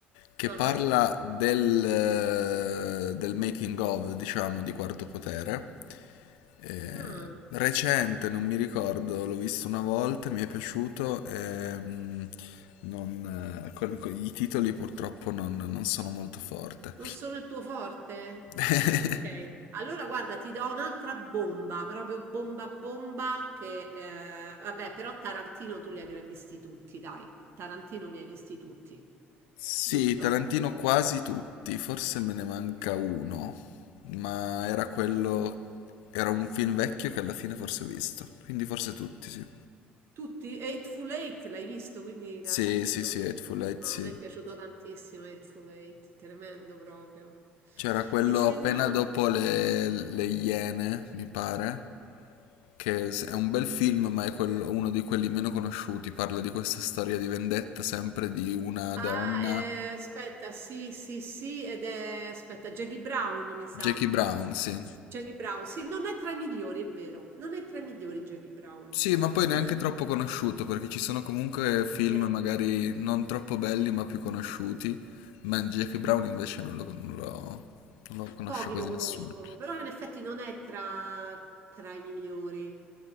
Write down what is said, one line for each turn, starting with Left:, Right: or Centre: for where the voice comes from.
Left: che
Right: Ah,
Left: parla del, eh, del making of, diciamo, di Quarto Potere. Eh,
Right: ah.
Left: recente, non mi ricordo, l'ho visto una volta, mi è piaciuto. ehm, non, eh, con- con- i titoli purtroppo non, non sono molto forte.
Right: Non sono il tuo forte?
Left: <laughs>
Right: Ok. Allora guarda, ti do un'altra bomba, proprio bomba bomba che eh, vabbè, però Tarantino tu li avrai visti tutti, dai. Tarantino li hai visti tutti.
Left: Sì,
Right: Giusto?
Left: Tarantino quasi tutti, forse me ne
Right: Ok.
Left: manca uno, ma era quello, era un film vecchio che alla fine forse ho visto, quindi forse tutti, sì.
Right: Tutti? Eightful Eight l'hai visto, quindi
Left: Sì,
Right: Tarantino?
Left: sì, sì,
Right: No,
Left: Hateful Eight, sì.
Right: a me è piaciuto tantissimo Eightful Eight, tremendo proprio.
Left: C'era quello
Right: E se
Left: appena
Right: no
Left: dopo le, le Iene, mi pare, che s- è un bel film, ma è quello- uno di quelli meno conosciuti, parla di questa storia di vendetta sempre di una
Right: Ah,
Left: donna,
Right: eh, aspetta, sì, sì, sì, ed è aspetta, Jackie Brown, mi sa.
Left: Jackie Brown, sì.
Right: Jackie Brown, sì, non è tra i migliori, è vero, non è tra i migliori Jackie Brown,
Left: Sì,
Right: <clears throat>
Left: ma poi neanche
Right: è
Left: troppo conosciuto, perché ci sono comunque film
Right: vero,
Left: magari non troppo belli, ma più conosciuti. Ma Jackie Brown invece non lo, non lo- non lo conosce
Right: pochi
Left: quasi
Right: lo conoscono,
Left: nessuno.
Right: però in effetti non è tra, tra i migliori.